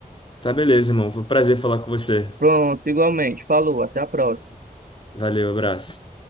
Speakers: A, on the left; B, on the right.
A: Tá, beleza, irmão. Foi um prazer falar com você.
B: Pronto, igualmente. Falou, até a próxima.
A: Valeu, abraço.